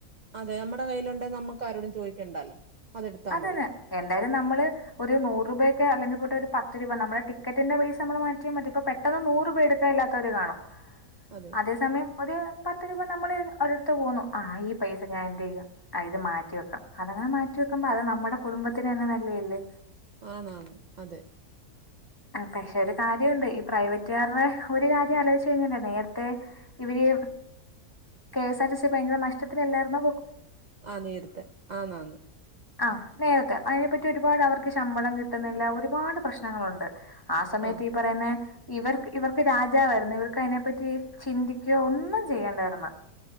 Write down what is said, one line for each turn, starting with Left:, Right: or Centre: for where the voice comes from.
Right: അതെ നമ്മുടെ കയ്യിലുണ്ട നമ്മുക്ക ആരോടും ചോദിക്കണ്ടല്ലോ അതെടുത്താ
Left: അതന്നെ
Right: മതി
Left: എന്തായാലും നമ്മള് ഒരു നൂറ് രൂപക്കെ അല്ലെങ്കിൽ പോയിട്ട് ഒരു പത്ത് രൂപ നമ്മുടെ ടിക്കറ്റിന്റെ പൈസ നമ്മ മാറ്റ പറ്റ ഇപ്പ പെട്ടെന്ന് നൂറ്പ എടുക്കാല്ലാത്തവര് കാണും
Right: അതെ
Left: അതേസമയം ഒരു പത്ത് രൂപ നമ്മൾ ഒരിടത്ത് പോന്നുന്നു ആ ഈ പൈസ ഞാൻ എന്ത ചെയ്യ ഇത് മാറ്റിവ വെക്കാം അതങ്ങനെ മാറ്റി വെക്കാം ക്കമ്പം അത് നമ്മുടെ കുടുംബത്തിന് തന്നെ നല്ലേല്ലേ
Right: ആണാണ് അതെ
Left: പക്ഷെ ഒരു കാര്യമുണ്ട് ഈ പ്രൈവറ്റുകാരുടെ ഒരു കാര്യം ആലോചിച്ചു കഴിഞ്ഞല്ലേ നേരത്തെ ഇവര് K S R T C ഭയങ്കര നഷ്ടത്തിലല്ലായിരുന്ന
Right: ആഹ നീരത്ത ആന്നാന്ന്
Left: അ നേരത്തെ അതിനെപ്പറ്റി ഒരുപാട് അവർക്ക് ശമ്പളം കിട്ടുന്നില്ല ഒരുപാട് പ്രശ്നങ്ങളുണ്ട് ആ സമയത്ത്
Right: ആഹ്
Left: ഈ പറയുന്നെ ഇവർക്ക് ഇവർക്ക് രാജാവായിരുന്നു ഇവർക്ക് അതിനെപ്പറ്റി ചിന്തിക്കയോ ഒന്നും ചെയ്യണ്ടായിരുന്ന